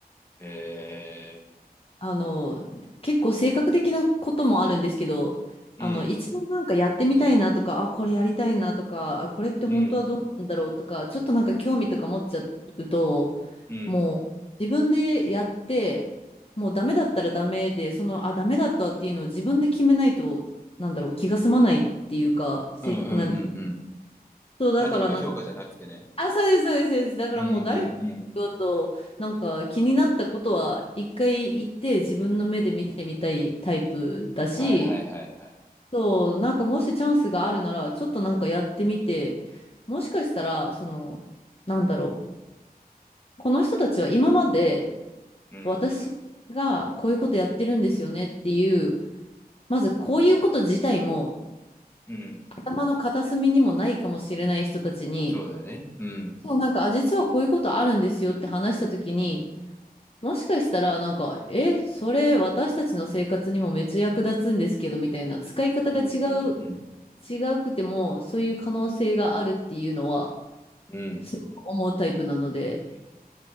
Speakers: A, on the left (about 15°); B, on the left (about 35°).
A: え
B: あの、結構性格的なこともあるんですけど、
A: ー、
B: あの、
A: うん、
B: 一度なんかやってみたいなとか、あ、これやりたいなとか、あこれって本当はどうなんだろうとか、
A: うん、
B: ちょっとなんか興味とか持っちゃうと、
A: うん。
B: もう自分でやって、もうダメだったらダメで、その、あ、ダメだったっていうのを自分で決めないと、なんだろう、気が済まないっていうか、性格なんです。
A: うんうんうんうん。
B: そう、だからなんか
A: 他人の評価じゃなくてね。
B: あ、そうです、そうです、そうです。だからもう誰が言おうと、
A: うんうんうん。
B: なんか気になったことは一回行って自分の目で見てみたいタイプだし、
A: はいはいはいはい。
B: そう、なんかもしチャンスがあるなら、ちょっとなんかやってみて、もしかしたら、その、なんだろう、この人たちは今まで
A: うん、
B: 私がこういうことやってるんですよねっていう、まずこういうこと自体も
A: うん。
B: 頭の片隅にもないかもしれない人たちに、
A: そうだよね。うん。
B: そう、なんか、あ、実はこういうことあるんですよって話したときに、もしかしたら、なんか、え、それ私たちの生活にもめっちゃ役立つんですけど、みたいな、使い方が違う、
A: うんうんうん
B: 違うくても、そういう可能性があるっていうのは、
A: うん。
B: すごく思うタイプなので、